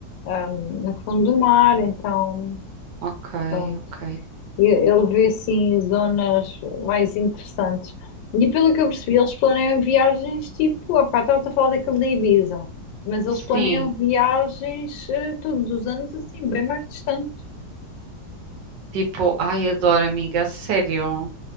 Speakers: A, on the left (about 80°); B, on the right (about 70°).
A: ahm, no fundo do mar. Então,
B: ok,
A: pronto,
B: ok.
A: e- ele vê assim zonas mais interessantes. E pelo que eu percebi, eles planeiam viagens tipo. Há bocado estava a falar daquele da Ibiza, mas eles
B: Sim,
A: planeiam viagens eh, todos os anos assim, bem mais distantes.
B: tipo, ai, adoro, amiga, a sério.